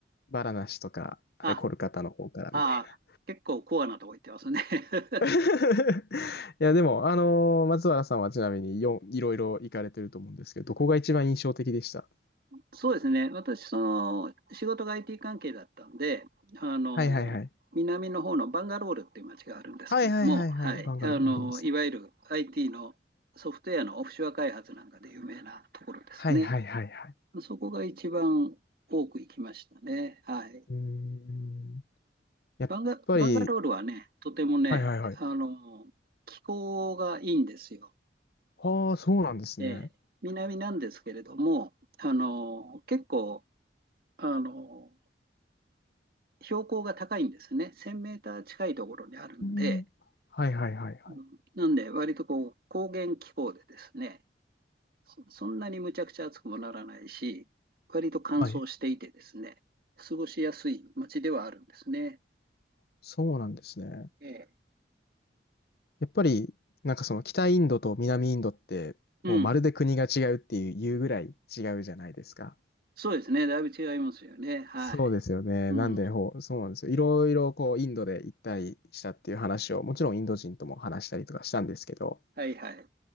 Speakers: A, on the left (about 60°); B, on the right (about 55°).
A: バラナシとか、はいコルカタの方からみたいな。
B: あ、あ、結構コアなとこ行ってますね。<laughs>
A: <laughs> いや、でも、あのー松原さんはちなみによん、いろいろ行かれてると思うんですけど、どこが一番印象的でした
B: そうですね、私、その仕事が IT 関係だったんで、あの南の方のバンガロールっていう街があるんですけども、
A: はいはいはい。はいはいはいはい、
B: はい、
A: バンガローがありますね。
B: あのいわゆる IT のソフトウェアのオフショア開発なんかで有名なところですね。
A: はいはいはいはい。
B: そこが一番多く行きましたね。はい、
A: うーん。やっぱり、
B: バンガバンガロールはね、とてもね、
A: はいはいはい。
B: あの気候がいいんですよ。
A: ああ、そうなんですね。
B: ええ南なんですけれども、あの結構あの標高が高いんですね。1000メーター近いところにあるんで、
A: うん。はいはいはいはい。
B: うん、なんで割とこう高原気候でですね、そそんなにむちゃくちゃ暑くもならないし、割と乾燥していてですね、
A: はい、
B: 過ごしやすい街ではあるんですね。
A: そうなんですね。
B: ええ。
A: やっぱり、なんかその北インドと南インドって、
B: うん、
A: もうまるで国が違うっていう、言うぐらい違うじゃないですか。
B: そうですね。だいぶ違いますよね。はい。
A: そうですよね。
B: うん、
A: なんで、ほう、そうなんですよ。いろいろこう、インドで一体したっていう話を、もちろんインド人とも話したりとかしたんですけど、
B: はいはい。